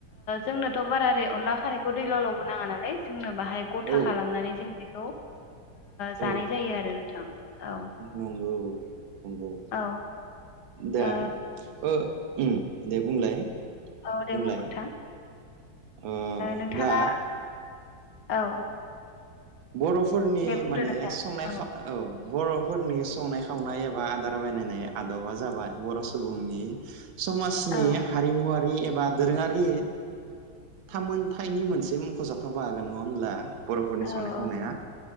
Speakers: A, on the left; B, on the right.
A: जोंनोथ' बारा ओरै अनला खारैखौ दै लाव लावबो नाङा नालाय जोंनो बाहाय गथा
B: औ
A: खालामनानै जों बेखौ जानाय
B: औ
A: जायो आरो नोंथां औ
B: नंगौ नंगौ
A: औ
B: दा
A: ओ
B: ओ दे बुंलाय
A: औ
B: बुंलाय
A: दे बुं नोथां
B: ओ
A: नोंथाङा
B: दा
A: औ
B: बर'फोरनि
A: दे बुंदो
B: माने
A: नोंथां
B: संनायाव
A: औ
B: खावनाय‌ औ बर' फोरनि संनाय खावनाय एबा आदार बानायनाय आद'बा जाबाय बर' सुबुंनि समाजनि
A: औ
B: हारिमुवारि एबा दोरोङारि थामोनथाइनि मोनसे मख'जाथाव बाहागो नङा होमब्ला बर'फोरनि
A: औ
B: संनाय
A: औ
B: खावनाया